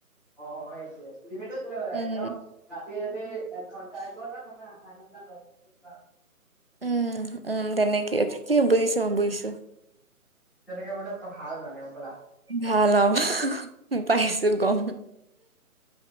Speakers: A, in the centre; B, on the right (about 45°).
A: অ সেইটয়ে লিমিট গৈ পেলাগ
B: উম
A: একদম ৰাতি যদি এক ঘণ্টা একব নহয় আধা ঘণ্টা <unintelligible> <inaudible>
B: উম উ তে নে কি কি বজিছে চাম্বেশ্বৰ
A: তেনেকে বোলে ভাল মানে গম পলা
B: ভাল অ পাইছো গম